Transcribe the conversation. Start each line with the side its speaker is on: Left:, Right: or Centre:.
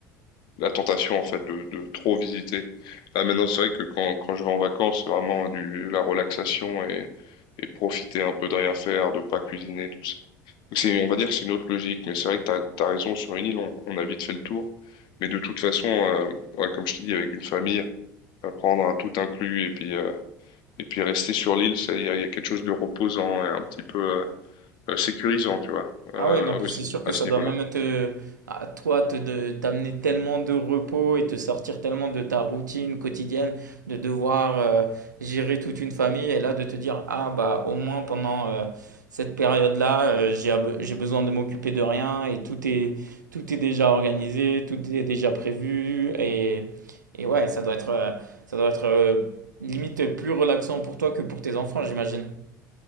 Left: la tentation, en fait, de, de trop visiter. Là, maintenant, c'est vrai que quand, quand je vais en vacances, c'est vraiment du, la relaxation et, et profiter un peu de rien faire, de pas cuisiner, tout ça. Donc, c'est, on va dire que c'est une autre logique, mais c'est vrai que t'as, t'as raison, sur une île, on, on a vite fait le tour. Mais de toute façon, euh, ouais, comme je t'ai dit, avec une famille, euh, prendre un tout inclus et puis euh, et puis rester sur l'île, ça, il y a, il y a quelque chose de reposant et un petit peu euh, euh, sécurisant, tu vois,
Right: Ah
Left: euh,
Right: oui, non, puis
Left: aussi
Right: c'est sûr que
Left: à
Right: ça
Left: ce
Right: doit
Left: niveau-là.
Right: même te, à toi, te, de- t'amener tellement de repos et te sortir tellement de ta routine quotidienne, de devoir euh, gérer toute une famille et là de te dire, ah bah au moins pendant euh, cette période-là, euh, j'ai, ab- j'ai besoin de m'occuper de rien et tout est, tout est déjà organisé, tout est déjà prévu et, et ouais, ça doit être, euh, ça doit être euh, limite plus relaxant pour toi que pour tes enfants, j'imagine.